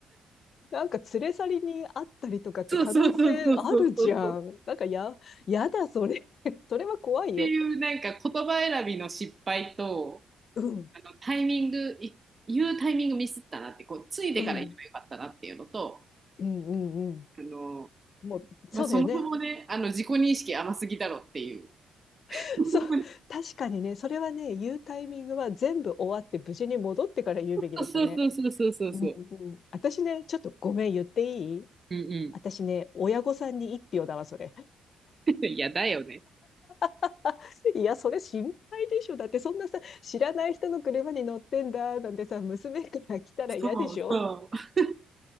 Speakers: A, on the left (about 55°); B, on the right (about 30°).
A: なんか連れ去りにあったりとかって可能性あるじゃん。
B: そうそうそうそうそうそうそう。
A: なんかや、やだ、それ。<laughs> それは怖いよ。
B: っていうなんか言葉選びの失敗と、
A: うん、
B: あのタイミング、い言うタイミングミスったなって、こう、ついてから言えばよかったなっていうのと、
A: うん。うんうんうん。
B: あの、
A: もう、そうだよね。
B: まあ、そもそもね、あの、自己認識甘すぎだろっていう。
A: <laughs>
B: <laughs>
A: そう。確かにね、それはね、言うタイミングは全部終わって無事に戻ってから言うべきだったね。
B: そうそうそうそうそうそう。
A: うんうん。私ね、ちょっとごめん言っていい
B: うんう
A: 私ね、親御さんに一票だわ、それ。
B: ん。<laughs> いや、だよね。
A: <laughs> いや、それ心配でしょ。だってそんなさ、知らない人の車に乗ってんだ、なんてさ、娘から来たら嫌でしょ
B: そうそう。<laughs>